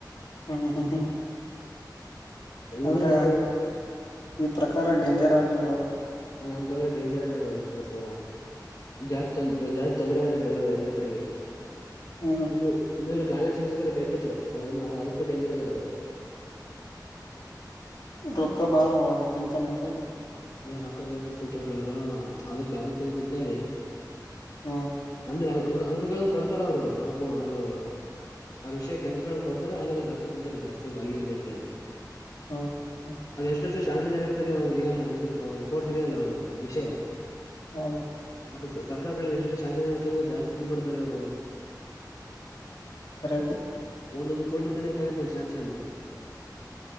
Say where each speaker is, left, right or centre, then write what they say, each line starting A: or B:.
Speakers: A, on the left; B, on the left.
A: ಹ್ಮ್ ಹ್ಮ್ ಹ್ಮ್
B: ಎಲ್ಲ
A: ಅಂದ್ರ
B: ಇದ
A: ಈ ಪ್ರಕಾರ ಡೇಂಜರ್ ಆರ್ ಅವ.
B: ನಮ್ಮ ಪ್ರಕಾರ ಡೇಂಜರ್ ಅದಾರ ಅವರು ಸ್ವಲ್ಪ ಜಾಸ್ತಿ ಜಾಸ್ತಿ ತೊಂದರೆದಾರ ಎಲ್ಲರು ಎಲ್ಲರಿಗೆ
A: ಹ್ಮ್
B: ಇಂದು ಇನ್ನೊಂದು ಗಾ ಶಿಕ್ಷಕರು ಬೇಕಿದ್ರು ಅವ್ರನ್ನು ಅವ್ರು ಅದಕ್ಕ ಡೇಂಜರ್ ಇದಾರ ಅವರು
A: ರೋಕ್ಕ ಬಾಳ ತಿಂತಾನ ಏನ್ರಿ
B: ಅ ರೊಕ್ಕ ಜಾಸ್ತಿ ತಿಂತವ್ರ ಅವರು ಅದಕ್ಕೆ ಅದಕ್ಕಕ್ಕೆ ಅಂತ ಹೇಳಿ
A: ಹ್ಮ್
B: ಅಂದ್ರೆ ಅಂಕಗಳನ್ನ ಕೊಡ್ತಾರ ಅವರು ಅವರು ಅದು ಅವ್ರ ವಿಷಯಕ್ಕೆ ಅಂಕಗಳಗಳನ್ನು ಕೊಡ್ತಾರ ಆದ್ರೆ ರೊಕ್ಕ ತಿಂತಾರ ಜಾಸ್ತಿ ಅವ್ರು ಅಲ್ಲಿ ಇಲ್ಲಿ ಅಂತ ಹೇಳಿ
A: ಹ್ಮ್ ಹ್ಮ್
B: ಅದು ಎಷ್ಟಷ್ಟು ಶ್ಯಾಮ್ಶನ್ ಆಗ ಇರ್ತಾರೆ ಅವ್ರಿಗೆ ಇದ ಅವರು ಕೋರ್ಸಿದಲ್ಲ ಅವರು ವಿಷಯ
A: ಹ್ಮ್
B: ಅವರು ಸರ್ಕಾರ ಕ ಎಷ್ಟಷ್ಟು ಶಾಕ್ಷನ್ ಇರ್ತವೆ ಜಾಸ್ತಿ ತಿಂದ ಬಿಡ್ತಾರೆ ಅವರು
A: ಕರೆ
B: ಒಂದೊಂದು ಕೋಟಿ ಸನೆಕಾ ಆಗರ್ತ ಶನ್ ಚನ್ನ